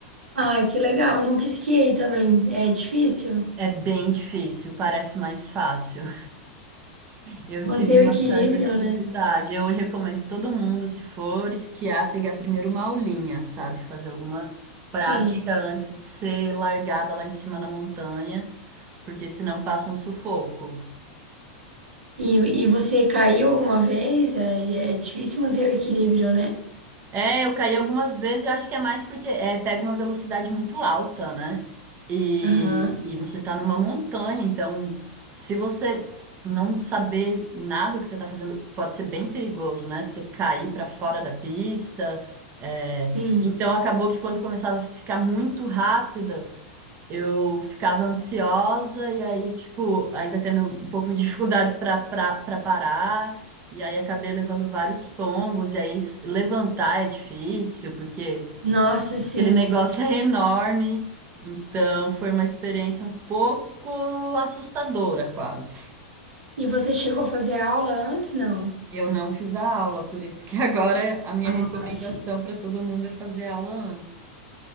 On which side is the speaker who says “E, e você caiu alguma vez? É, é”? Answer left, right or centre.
Right